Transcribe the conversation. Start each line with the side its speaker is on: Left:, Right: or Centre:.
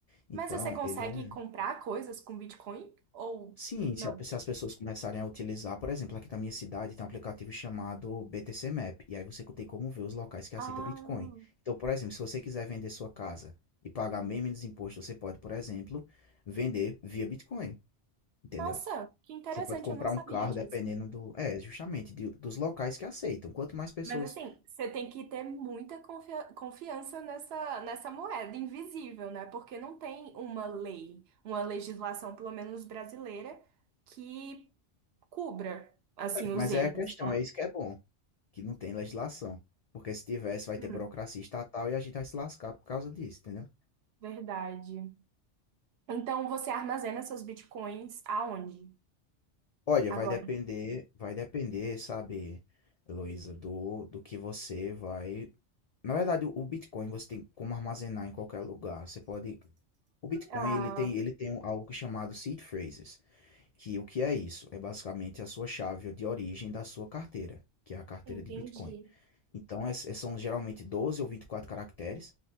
Left: Então
Right: Mas você consegue
Left: ele é
Right: comprar coisas com Bitcoin ou
Left: Sim,
Right: não?
Left: se a se as pessoas começarem a utilizar, por exemplo, aqui na minha cidade tem um aplicativo chamado BTC Map, e aí você tem como ver os locais que aceitam
Right: Ah,
Left: Bitcoin. Então, por exemplo, se você quiser vender sua casa e pagar bem menos imposto, você pode, por exemplo, vender via Bitcoin, entendeu?
Right: nossa, que interessante,
Left: Você pode comprar
Right: eu não sabia
Left: um carro
Right: disso.
Left: dependendo do, é, justamente de- dos locais que aceitam. Quanto mais pessoas,
Right: Mas assim, você tem que ter muita confia- confiança nessa, nessa moeda invisível, né? Porque não tem uma lei, uma legislação, pelo menos brasileira, que cubra, assim,
Left: mas
Right: os erros,
Left: aí a questão
Right: né?
Left: é isso que é bom, que não tem legislação, porque se tivesse vai
Right: Hum,
Left: ter burocracia estatal e a gente vai se lascar por causa disso, entendeu?
Right: verdade. Então, você armazena seus bitcoins aonde?
Left: Olha,
Right: Agora.
Left: vai depender, vai depender, sabe, Heloísa, do, do que você vai. Na verdade, o o Bitcoin você tem como armazenar em qualquer lugar. Você pode. O Bitcoin
Right: Ah,
Left: ele tem, ele tem um- algo chamado seed phrases, que o que é isso? É basicamente a sua chave de origem da sua carteira, que é a carteira
Right: entendi.
Left: de Bitcoin. Então, é- são geralmente 12 ou 24 caracteres